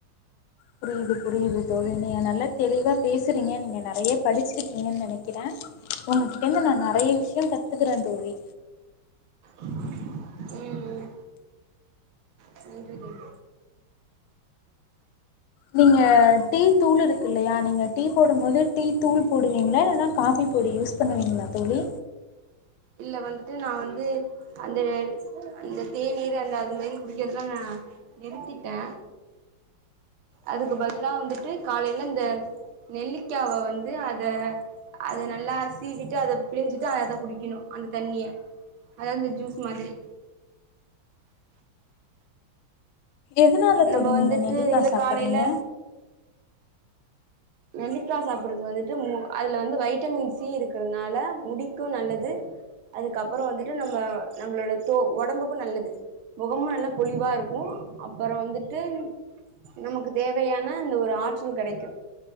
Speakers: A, on the left; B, on the right.
A: புரியுது புரியுது தோழி நீங்க நல்லாத் தெளிவாப் பேசுறீங்க நீங்க நெறையப் படிச்சிருக்கீங்கன் நெனைக் கிறே ஒங்ககிட்டந்து நா நெறைய விஷ்யோங் கத்துக்குறேந் தோழி
B: ம் ம் புரிதுங்
A: நீங்க டீத்தூளு இருக்கு இல்லையா நீங்க டீப் போடும்மோது டீத்தூள் போடுவீங்ளா இல்லனா காஃபி பொடி யூஸ் பண்ணுவீங்ளாத் தோழி
B: இல்ல வந்துட்டு நா வந்து அந்த அந்தத் தேநீரு அந்த அது மேரி குடிக்கிறதுலா நா நிறுத்திட்டே அதுக்கு பதிலா வந்துட்டு காலைல இந்த நெல்லிக்காவெ வந்து அத அத நல்லா சீவிட்டு அதப் பிழிஞ்சிட்டு அத குடிக்கினு அந்த தண்ணிய அதாவ் அந்த ஜூஸ் மாதிரி
A: எதுனாலத்
B: நம்ம
A: தோழி
B: வந்துட்டு
A: நீங்க நெல்லிக்கா
B: இல்ல
A: சாப்பிர்றீங்க
B: காலையில நெல்லிக்கா சாப்புட்றது வந்துட்டு மு அதுல வந்து வைட்டமின் சி இருக்கிறதுனால முடிக்கு நல்லது அதுக்கப்புறோ வந்துட்டு நம்ம நம்மளோடத் தோ ஒடம்புக்கு நல்லது முகமு நல்லாப் பொளிவா இருக்கு அப்புறோ வந்துட்டு நமக்கு தேவையான அந்த ஒரு ஆற்றல் கெடைக்கு